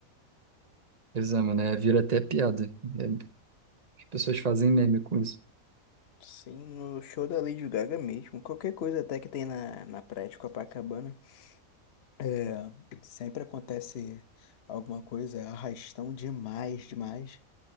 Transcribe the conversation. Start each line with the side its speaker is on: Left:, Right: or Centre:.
Right: Exame, né? Vira até piada. É, as pessoas fazem meme com isso.
Left: Sim, no show da Lady Gaga mesmo. Qualquer coisa até que tem na, na praia de Copacabana. É, sempre acontece alguma coisa, é arrastão demais, demais.